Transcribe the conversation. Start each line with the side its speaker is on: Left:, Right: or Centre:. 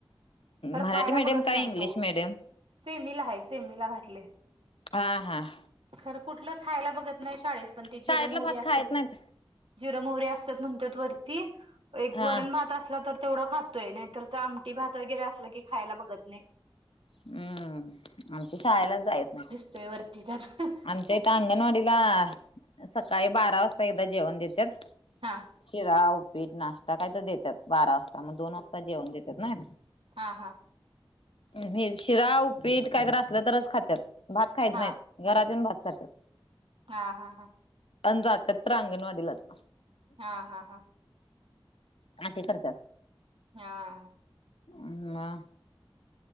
Right: खरं
Left: मराठी
Right: खायला
Left: मीडियम
Right: बघत
Left: का
Right: नाही
Left: इंग्लिश
Right: तो
Left: मीडियम?
Right: सेमीला आहे. सेमीला घातलंय.
Left: हां हां.
Right: खरं कुठलं खायला बघत नाही शाळेत. पण ते
Left: शाळेतला
Right: जिर मोहरी
Left: भात खायत
Right: असत-
Left: नाहीत
Right: जिर मोहरी असतात म्हणतेत वरती. एक
Left: हा
Right: वरण भात असला तर- तेवढ खातोय. नाहीतर ते आमटी भात वगैरे असलं की खायला बघत नाही.
Left: हम्म. आमचे शाळेलाच जायत नाही.
Right: तो वरती जातो.
Left: आमच्या इथं अंगणवाडीला आ सकाळी बारा वाजता एकदा जेवण देतात.
Right: हां.
Left: शिरा, उप्पीट नाश्ता काही तर देतात बारा वाजता. मग दोन वाजता जेवण देतात ना?
Right: हां हां.
Left: हे शिरा, उप्पीट काहीतरी असलं तरच खातात. भात खायत
Right: हा
Left: नाहीत घरात येऊन भात खातात.
Right: हा हा हा.
Left: अ जात्यात तर अंगणवाडीलाच.
Right: हा हा हा.
Left: अस करतात.
Right: हा.
Left: ह